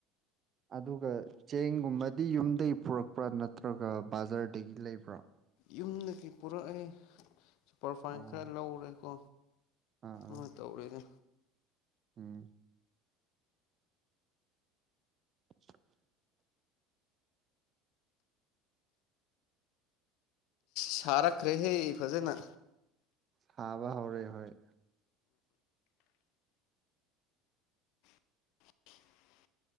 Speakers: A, on the right (about 40°); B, on the left (about 60°).
A: ꯑꯗꯨꯒ ꯆꯦꯡꯒꯨꯝꯕꯗꯤ ꯌꯨꯝꯗꯒꯤ ꯄꯨꯔꯛꯄ꯭ꯔꯥ ꯅꯠꯇ꯭ꯔꯒ ꯕꯥꯖꯥꯔꯗꯒꯤ ꯂꯩꯕ꯭ꯔꯥ꯫
B: ꯌꯨꯝꯗꯒꯤ ꯄꯨꯔꯛꯑꯦ ꯁꯨꯄꯔꯐꯥꯏꯟ
A: ꯑꯣ
B: ꯈꯔ ꯂꯧꯔꯦꯀꯣ꯫
A: ꯑꯥ ꯑꯥ
B: ꯃ ꯇꯧꯔꯦꯅꯦ꯫
A: ꯎꯝ꯫ <unintelligible>
B: ꯁꯥꯔꯛꯈ꯭ꯔꯦꯍꯦ ꯐꯖꯅ꯫
A: ꯁꯥꯕ ꯍꯧꯔꯦ ꯍꫭꯏ꯫
B: <unintelligible>